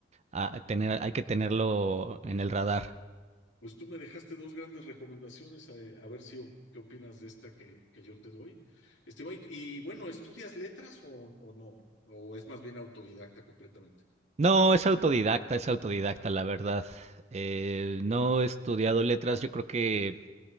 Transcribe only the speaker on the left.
Pues tú me dejaste dos grandes recomendaciones, a, a ver si o- qué opinas de esta que, que yo te doy. Este, oye, y bueno, ¿estudias letras o, o no? ¿O es más bien autodidacta completamente?